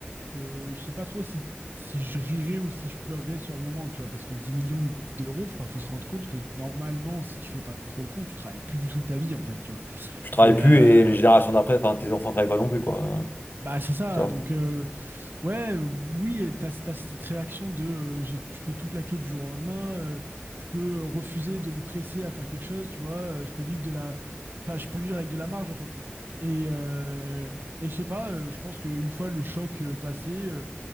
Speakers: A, on the right; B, on the left.
A: que je sais pas trop si, si je rirais ou si je pleurerais sur le moment, tu vois, parce que 10 millions d'euros, enfin, faut se rendre compte que normalement, si tu fais pas trop le compte, tu travailles plus du tout de ta vie, en fait, tu vois.
B: Tu travailles
A: Et,
B: plus
A: euh,
B: et les générations d'après, enfin tes enfants travaillent pas non plus, quoi.
A: Bah c'est ça,
B: Tu vois.
A: donc euh, ouais, euh, oui, et t'as, t'as cette réaction de euh, j'ai- je peux tout plaquer du jour au lendemain, euh, je peux euh, refuser de me presser à faire quelque chose, tu vois, euh, je peux vivre de la... Enfin, je peux vivre avec de la marge en fait, tu vois. Et, euh, et je sais pas, euh, je pense qu'une fois le choc euh, passé, euh,